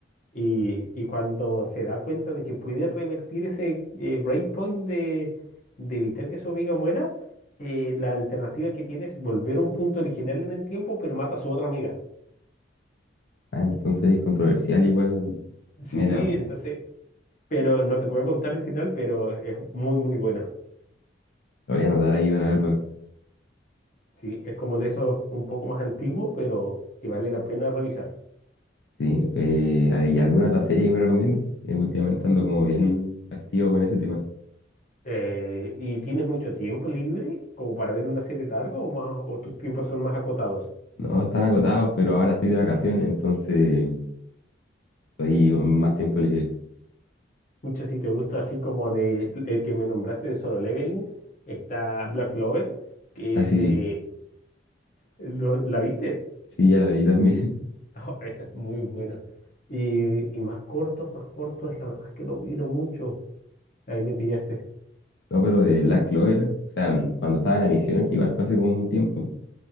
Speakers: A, on the left; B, on the left.
A: Y, y cuando se da cuenta de que puede revertir ese eh, breakpoint de, de evitar que su amiga muera, eh, la alternativa que tiene es volver a un punto original en el tiempo, pero mata a su otra amiga.
B: Ah, entonces es controversial igual.
A: Sí,
B: Mira, lo
A: entonces, pero no te puedo contar el final, pero es muy, muy bueno.
B: voy a anotar ahí para verlo.
A: Sí, es como de esos un poco más antiguos, pero que vale la pena revisar.
B: Sí, eh, ¿hay alguna otra serie que me recomiende? Eh, últimamente ando como bien activo con ese tema.
A: Eh, ¿y tienes mucho tiempo libre como para ver una serie larga o más, o tus tiempos son más acotados?
B: No, están agotados, pero ahora estoy de vacaciones, entonces estoy con más tiempo libre.
A: Mucho si te gusta así como de el que me nombraste de Solo Leveling, está Black Clover, que
B: Ah,
A: es
B: sí,
A: de... ¿lo- ¿La viste? <laughs>
B: sí, ya la vi también. <laughs>
A: Oh, esa es muy buena. Y, y más cortos, más cortos, la verdad que lo miro mucho. Ahí me pillaste.
B: No, pero de Black Clover, o sea, cuando estaba en la emisión, que igual fue hace como un tiempo,